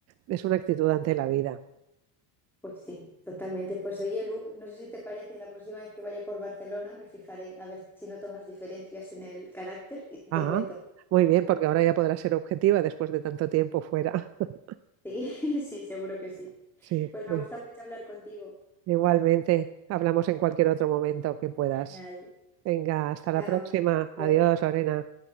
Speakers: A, on the right (about 35°); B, in the centre.
A: es una actitud ante la vida.
B: Pues sí, totalmente. Pues oye, Lu, no sé si te parece, la próxima vez que vaya por Barcelona me fijaré a ver si no tomas diferencias en el carácter y te
A: Ah,
B: cuento.
A: muy bien, porque ahora ya podrá ser objetiva después de tanto tiempo fuera. <laughs>
B: Sí, <laughs> sí, seguro que sí.
A: Sí,
B: Pues me
A: muy-
B: ha gustado mucho hablar contigo.
A: igualmente, hablamos en cualquier otro momento que puedas.
B: Genial.
A: Venga, hasta la
B: Chao.
A: próxima.
B: Hasta
A: Adiós,
B: luego.
A: Lorena.